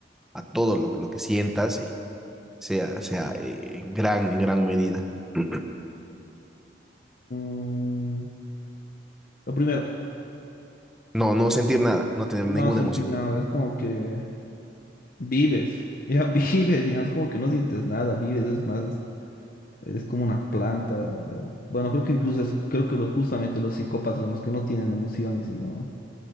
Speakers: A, in the centre; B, on the left.
A: a, a todo lo, lo que sientas y sea, sea eh, en gran, en gran medida. <clears throat>
B: mm, lo primero,
A: No, no sentir nada, no tener
B: no
A: ninguna
B: sentí
A: emoción.
B: nada, es como que vives, ya <laughs> vives, digamos, como que no sientes nada, vives, es más. Eres como una planta. eh, Bueno, creo que incluso es, creo que lo- justamente los psicópatas son los que no tienen emociones y no,